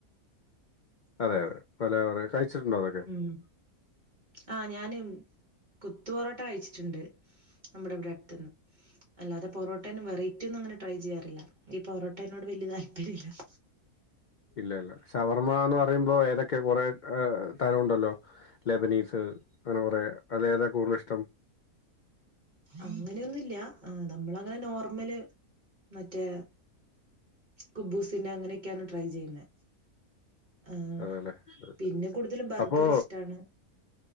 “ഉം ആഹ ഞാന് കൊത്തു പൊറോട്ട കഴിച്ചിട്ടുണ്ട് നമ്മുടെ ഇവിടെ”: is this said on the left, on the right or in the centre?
Right